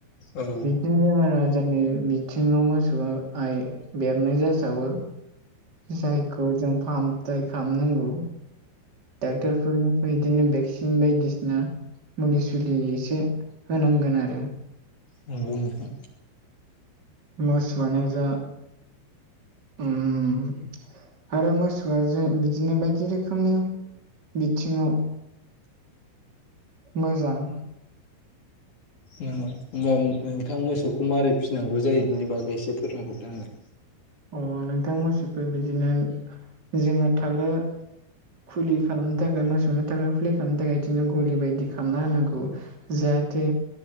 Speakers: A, on the left (about 45°); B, on the right (about 25°).
A: औ
B: <unintelligible> बेमार आजारनि बिथिङाव मोसौआ आइ बेरनाय जासावो जायखौ जों फाहाम खालामनांगौ डाक्टार फोरनिफ्राय बिदिनो भेक्सिन बायदिसिना मुलि सुलि एसे होनांगोन आरो
A: नंगौ नोंथां
B: मोसौआनो जा उम आरो मोसौआ जों बिदिनो बायदि रोखोमनि बिथिङाव मोजां <inaudible>
A: होनोमबा नोंथां मोसौखौ मारै फिसिनांगौ जायो बिनि बागै एसे फोरोंहरदो आंनो
B: अ नोंथां मोसौखौ बिदिनो जोङो थाग्रा खुलि खालामनो थाखाय मोसौनो थाखाय खुलि खालामनो थाखाय बिदिनो गलि बायदि खालामना होनांगौ जाहाथे